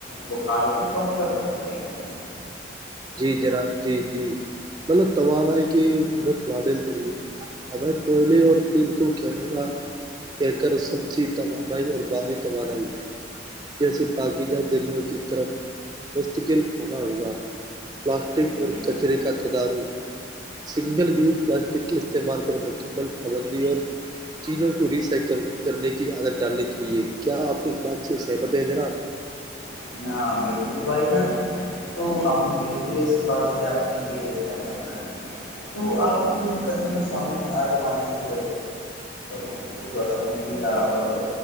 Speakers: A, on the left; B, on the right.
A: بخار کو کم کر سکتے ہیں
B: جی جناب جی جی ملب توانائی کے متبادل ذریعے ہمیں کوئلے اور تیل کو کیروات کہہ کر سمسی توانائی اور بادی توانائی جیسے پاکی جہ ریوں کی طرف مستقل ہونا ہوگا پلاسٹک
A: جان
B: اور
A: جی بھائی
B: کچرے کا تدارو سنگل یوز پلاسٹک کے استعمال پر مکمل پابندی اور چیزوں کو ریسائیکل کرنے کی عادت ڈالنی چاہیے کیا آپ اس بات سے سہمت ہیں جناب
A: جان، ہاں بالکل بھائی جان تو ہم بالکل اسعبار سے آپ کی لی سہمت ہیں تو آج قدر سامین آج ہماری اس گفتگو کا سنجیدہ اور